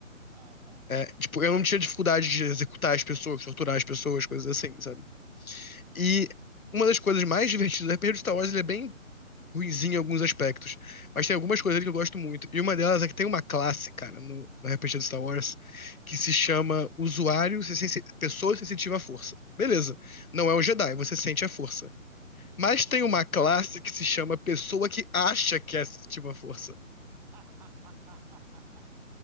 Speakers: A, in the centre; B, on the left (about 90°).
A: Ah, tá.
B: É, tipo, eu não tinha dificuldade de executar as pessoas, torturar as pessoas, coisas assim,
A: Uhum,
B: sabe? E uma das coisas mais divertidas do RPG de Star Wars, ele é bem ruinzinho em alguns aspectos. Mas tem algumas coisas ali que eu gosto muito. E uma delas é que tem uma classe, cara, no, no RPG do Star Wars, que se chama Usuário, se- se- Pessoa Sensitiva à Força. Beleza.
A: uhum,
B: Não é um Jedi, você sente a força. Mas
A: sim.
B: tem uma classe que se chama Pessoa que acha que é sensitiva à força.
A: <laughs>